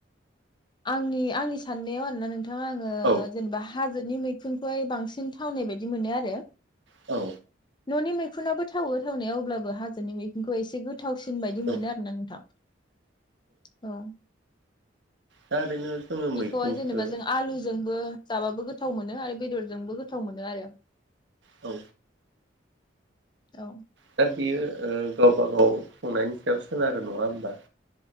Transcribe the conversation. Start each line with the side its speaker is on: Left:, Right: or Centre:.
Left: आंनि आंनि साननायाव आरोना नों थां आङो
Right: औ
Left: जेनेबा हाजोनि मैखुन फाय बांसिन थावनाय बायदि मोनो आरो
Right: औ
Left: न'नि मैखुनाबो थावो थावनायाव अब्लाबो हाजोनि मैखुनखौ एसे गोथ थावसिन बायदि
Right: औ
Left: मोनो आरो ना नोंथां औ
Right: दा ओरैनो जोङो
Left: बेखौहाय
Right: मैखुनखौ
Left: जेनेबा जों आलुजोंबो जाबाबो गोथाव मोनो आरो बेदरजोंबो गोथाव मोनो आरो
Right: औ
Left: औ
Right: दा बियो ओ गावबा गाव संनायनि सायाव सोनारो नङा होमबा